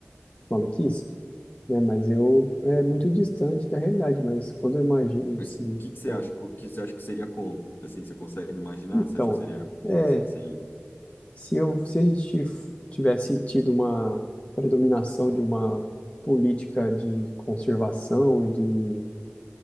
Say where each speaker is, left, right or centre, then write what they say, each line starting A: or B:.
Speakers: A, on the left (about 30°); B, on the left (about 50°).
A: maluquice, né? Mas eu, é muito distante da realidade, mas quando eu imagino,
B: Mas
A: assim,
B: o que que você
A: é,
B: acha? O que você acha que seria como? Assim, você consegue imaginar?
A: então,
B: Você acha que seria como,
A: é,
B: assim, sem...
A: Se eu, se a gente f- tivesse tido uma predominação de uma política de conservação e de